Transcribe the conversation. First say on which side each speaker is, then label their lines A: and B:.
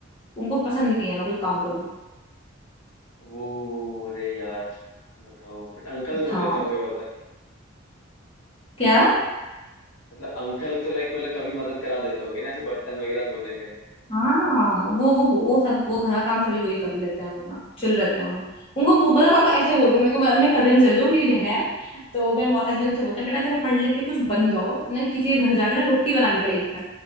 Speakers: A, on the left; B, on the left.
A: उनको पसंद नहीं है मैं कोई काम करूँ
B: ओ अरे यार बताओ बट अंकल धो
A: हाँ
B: देते होंगे बर्तन
A: क्या
B: मतलब अंकल तो लाइक मतलब कभी मदद करा देते होंगे ना ऐसे बर्तन वगैरह धोने में
A: हाँ वो वो वो सब वो घर का काम सभी वही कर लेते हैं वो अपना चिल रहते हैं वो उनको वो पता है, पापा ऐसे बोलते हैं मेरे को मेरे कजिन है जो मेरी बहन है तो मेरे मौसा जी उनसे बोलते हैं बेटा देखो पढ़ लिख के कुछ बन जाओ है ना किसी के घर जाके ना रोटी बनानी पड़ेगी ना